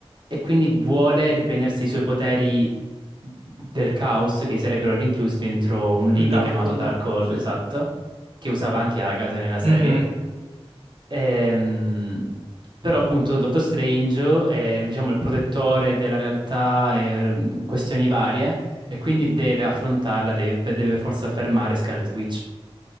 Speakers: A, on the right; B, on the right.
A: e quindi vuole riprendersi i suoi poteri del caos che sarebbero rinchiusi dentro un libro
B: il Darkhold.
A: chiamato Dark Hold,
B: Sì,
A: esatto,
B: sì.
A: che usava anche Agatha nella serie.
B: Mhm,
A: Ehm, però appunto Dottor Strange è diciamo il protettore della realtà e mm, questioni varie e quindi deve affrontarla, deve, deve forse fermare Scarlet Witch.